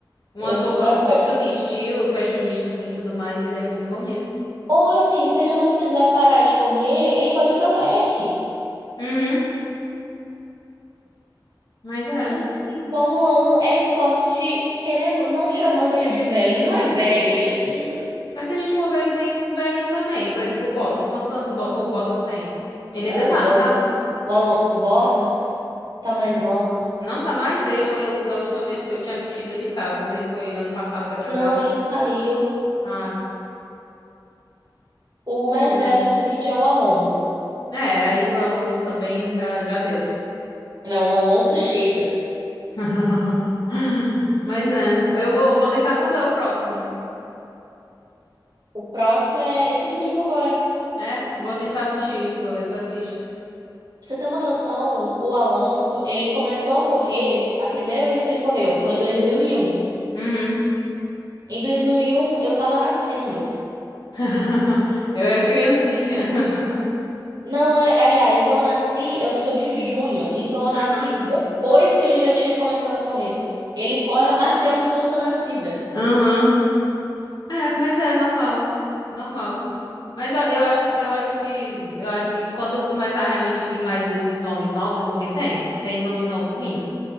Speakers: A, on the left; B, on the right.
A: Umas
B: Eu super
A: roupas,
B: apoio.
A: tipo assim, estilo, fashionista, assim, tudo mais, ele é muito bom nisso.
B: Ou assim, se ele não quiser parar de correr, ele pode ir pra WEC.
A: Uhum, mas é.
B: Só que assim, Fórmula Um é esporte de, querendo, não chamando ele de velho. Ele Não é velho, ele é.
A: Mas se a gente for ver, ele tem uns velhinhos também. Por exemplo, o Bottas. Quantos anos o, Bo- o Bottas tem? Ele
B: Ah,
A: ainda tá,
B: bota
A: não tá?
B: O, Alon, o Bottas? Tá, mas não.
A: Não tá mais? Ele, ou eu, da última vez que eu tinha assistido, ele tava. Não sei se foi ano passado, retrasado.
B: Não, ele saiu.
A: Ah,
B: O mais
A: é.
B: velho do grid é o Alonso.
A: É, aí o Alonso também já, já deu.
B: Não, o Alonso chega.
A: <laughs> Mas é. Eu vou, eu vou tentar. Quando é o próximo?
B: O próximo é esse domingo agora. Pra
A: É, vou tentar assistir. Vou ver se eu assisto.
B: você ter uma noção, o Alonso, ele começou a correr, a primeira vez que ele correu foi em 2001.
A: Uhum.
B: Em 2001 eu tava nascendo.
A: <laughs> Eu era criancinha. <laughs>
B: Não é, aliás, eu nasci, eu sou de junho, então eu
A: Uhum.
B: nasci depois que ele já tinha começado a correr. Ele corre há mais tempo do que eu sou nascida.
A: Uhum. É, mas é normal. Normal. Mas eu, eu acho, eu acho que, eu acho que quando começar a realmente vir mais desses nomes novos, porque tem, tem nome novo vindo.